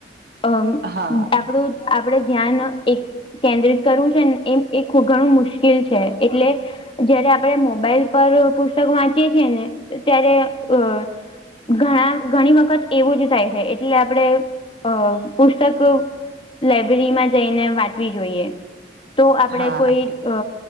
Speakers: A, on the left; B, on the right.
A: અમ
B: હા
A: આપણું આપડે ધ્યાન એક કેન્દ્રિત કરવું છે ને એમ એ ખ ઘણું મુશ્કેલ છે એટલે જયારે આપણે મોબાઈલ પર પુસ્તક વાંચીએ છીએ ને ત્યારે અ ઘણા ઘણી વખત એવું જ થાય છે એટલે આપણે અ પુસ્તક લાઈબ્રેરીમાં જઈને વાંચવી જોઈએ. તો આપણે
B: હા
A: કોઈ
B: એ-
A: અ